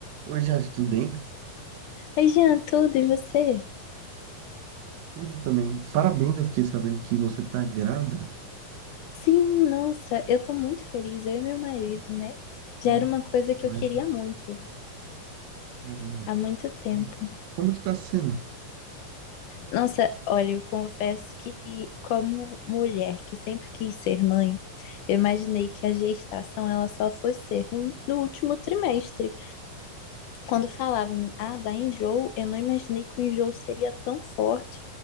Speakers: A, on the right (about 75°); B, on the left (about 75°).
A: Oi, Jade, tudo bem?
B: Oi, Jean, tudo e você?
A: Tudo também. Parabéns, eu fiquei sabendo que você tá grávida.
B: Sim, nossa, eu tô muito feliz, eu e meu marido, né? Já
A: Nossa,
B: era uma coisa que
A: mas
B: eu queria muito,
A: caramba.
B: há muito tempo.
A: E como que tá sendo?
B: Nossa, olha, eu confesso que, como mulher que sempre quis ser mãe, eu imaginei que a gestação ela só fosse ser ruim no último trimestre. Quando falavam, ah, dá enjoo, eu não imaginei que o enjoo seria tão forte